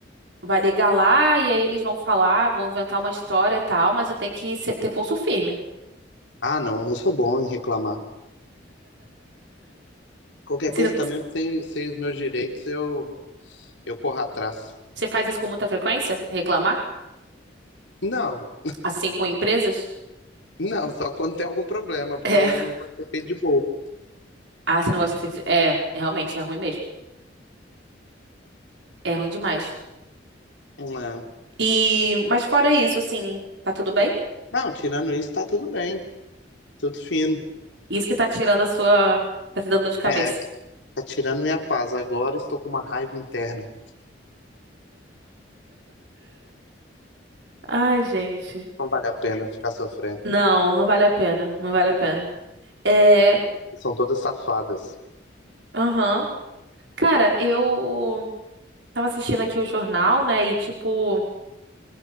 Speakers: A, on the right (about 70°); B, on the left (about 75°).
A: vai ligar lá e aí eles vão falar, vão inventar uma história e tal, mas você tem que ser- ter pulso firme.
B: Ah, não, eu sou bom em reclamar. Qualquer
A: Você,
B: coisa também, eu sei, sei os meus direitos, eu, eu corro atrás.
A: você faz isso com muita frequência? Reclamar?
B: Não.
A: Assim com empresas?
B: Não, só quando tem algum problema, porque
A: É.
B: eu não vou ser feito de bobo.
A: Ah, você não gosta de ser feito. É, realmente é ruim mesmo. É ruim demais.
B: Não, é.
A: E mas fora isso, assim, tá tudo bem?
B: Não, tirando isso, tá tudo bem. Tudo fino.
A: Isso que tá tirando a sua, tá te dando dor de cabeça.
B: É, tá tirando minha paz. Agora estou com uma raiva interna.
A: Ai, gente.
B: Não vale a pena ficar sofrendo.
A: Não, não vale a pena. Não vale a pena. É,
B: São todas safadas.
A: aham. Cara, eu tava assistindo aqui o jornal, né? E tipo,